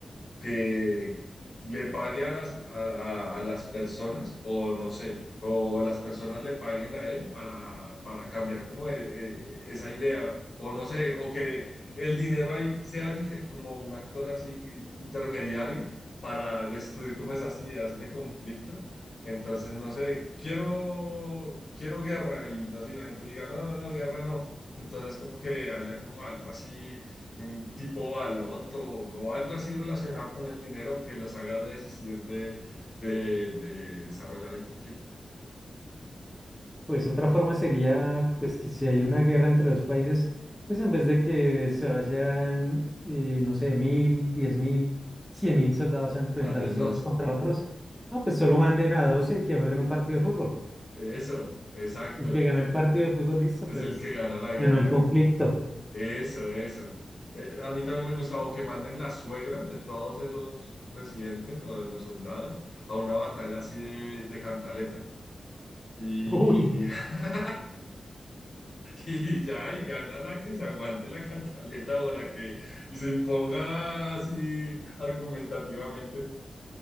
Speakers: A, on the left; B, in the centre.
A: que le pague a las, a, a- a las personas o no sé, o las personas le paguen a él para, para cambiar como eh, eh, esa idea o no sé, o que el dinero ahí sea dife- como un actor así intermediario para destruir como esas ideas de conflicto. Entonces, no sé, quiero, quiero guerra y no sé, y la gente diga, no, no, no, guerra no. Entonces, como que haya como algo así mm, tipo baloto o algo así relacionado con el dinero que los haga desistir de, de, de desarrollar el conflicto.
B: Pues otra forma sería, pues que si hay una guerra entre dos países, pues en vez de que se vayan, eh, no sé, mil, diez mil, cien mil soldados a enfrentarse
A: Manden dos.
B: unos contra otros, no, pues solo manden a doce y que jueguen un partido de fútbol.
A: Eso, exacto.
B: Y el que ganó el partido de fútbol, listo,
A: Es
B: pues
A: el que gana la guerra.
B: ganó el conflicto.
A: Eso, eso. Eh, a mí también me gusta o que manden las suegras de todos esos presidentes o de los soldados a una batalla así de, de cantaleta. Y,
B: Uy, no. o
A: <laughs> y ya, y gana la que se aguante la cantaleta o la que se imponga así argumentativamente.